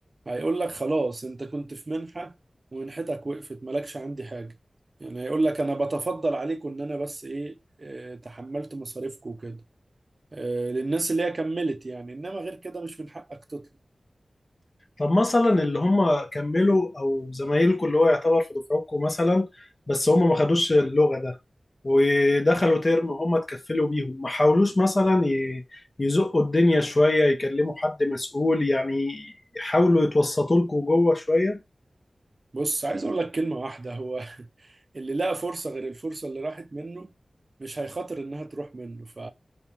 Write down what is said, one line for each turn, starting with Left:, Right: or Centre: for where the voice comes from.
Right: هيقول لك خلاص انت كنت في منحة ومنحتك وقفت مالكش عندي حاجة يعني هيقول لك انا بتفضل عليكم ان انا بس ايه اه، تحملت مصاريفكم وكده اه، للناس اللي هي كملت يعني انما غير كده مش من حقك تطلب
Left: طب مثلا اللي هم كملوا او زمايلكم اللي هو يعتبر في دفعتكم مثلا بس هم ما خدوش اللغة ده ودخلوا ترم وهم اتكفلوا بيهم ما حاولوش مثلا ي- يزقوا الدنيا شوية يكلموا حد مسؤول يعني يحاولوا يتوسطوا لكم جوه شوية
Right: بص عايز اقول لك كلمة واحدة هو <laughs> اللي لقى فرصة غير الفرصة اللي راحت منه مش هيخاطر انها تروح منه ف